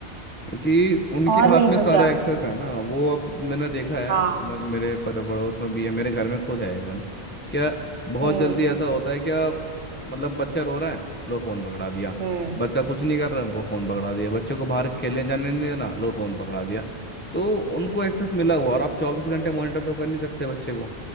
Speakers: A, on the left; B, on the right.
A: क्योंकि उनके
B: और
A: हाथ
B: नहीं
A: में
B: तो
A: सारा
B: क्या
A: एक्सेस है ना वो अब मैंने देखा है
B: हाँ
A: मतलब मेरे पर पड़ोस में भी है मेरे घर में खुद है इवन क्या बहुत
B: हम्म
A: जल्दी ऐसा होता है क्या मतलब बच्चा रो रहा है लो फोन पकड़ा दिया
B: हम्म
A: बच्चा कुछ नहीं कर रहा वो फोन पकड़ा दिया बच्चे को बाहर खेलने जाने नहीं देना लो फोन पकड़ा दिया तो उनको एक्सेस मिला हुआ और आप चौबीस घंटे मॉनिटर तो कर नहीं सकते बच्चे को